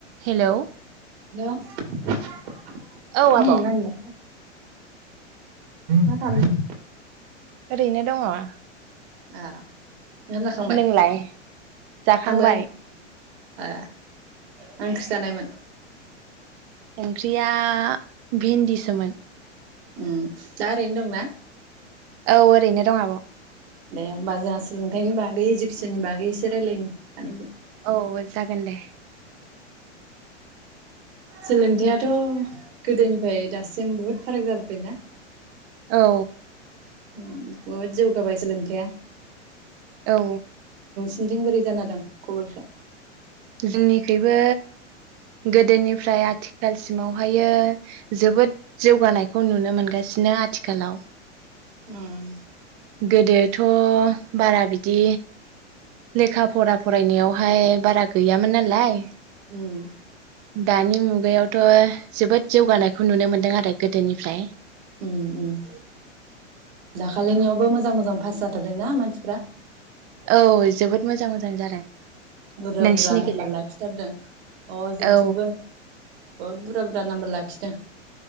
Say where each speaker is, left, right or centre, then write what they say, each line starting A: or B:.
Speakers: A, on the right; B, on the right.
A: हेल'
B: हेल'
A: औ
B: उम
A: आब'
B: नानि। मा खालामदों?
A: ओरैनो दङ'।
B: आ। ओंखाम जाखांबाय
A: नोंलाय जाखांबाय?
B: आंबो ए मा ओंख्रि जानायमोन?
A: ओंख्रिया भिन्दिसोमोन।
B: ओम दा ओरैनो दंना?
A: औ ओरैनो दं आब'।
B: दे होमबा जोंहा सोलोंथाइनि बागै इडुकेसनि बागै एसे रायज्लायनो सानैबो।
A: औ जागोन दे।
B: सोलोंथायाइआथ' गोदोनिफ्राय दासिम बहुद फाराग जाबोबायना?
A: औ।
B: ओम बहुद जौगाबाय सोलोंथाया
A: औ
B: निथिं बोरै जाना दं खबरफ्रा?
A: जोंनिखैबो गोदोनिफ्राय आथिखालसिमावहायो जोबोद जौगानायखौ नुनो मोनगासिनो आथिखालाव
B: उम
A: गोदोथ' बारा बिदि लेखा फरा फरायनायावहाय बारा गैयामोन नालाय
B: ओम
A: दानि मुगायावथ' जोबोद जौगानायखौ नुनो मोनदों आरो गोदोनिफ्राय
B: ओम ओम दाखालिनियावबो मोजां मोजां पास जाथारदोंना मानसिफ्रा
A: औ जोबोद मोजां मोजां जादों
B: बुरजा
A: नोंसिनिखैलाय
B: बुरजा नाम्बार लाखिथारदों अ जोंथिंबो
A: औ
B: बहुद बुरा बुरजा नाम्बार लाखिदों